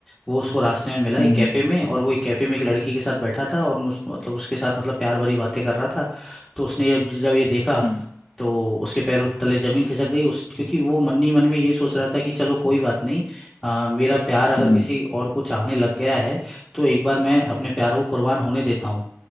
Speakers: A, in the centre; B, on the left.
A: वो उसको रास्ते में मिला एक
B: हम्म
A: कैफ़े
B: हम्म
A: में और वो एक कैफ़े में एक लड़की के साथ बैठा था और मुझ- मतलब उसके साथ मतलब प्यार भरी बातें कर रहा था तो उसने जब जब ये देखा
B: हम्म
A: तो उसके पैरों तले जमीन खिसक गई उस क्योंकि वो मन ही मन में ये सोच रहा था कि चलो कोई बात नहीं आ, मेरा प्यार अगर
B: हम्म
A: किसी और को चाहने लग गया है तो एक बार मैं अपने प्यार को कुर्बान होने देता हूँ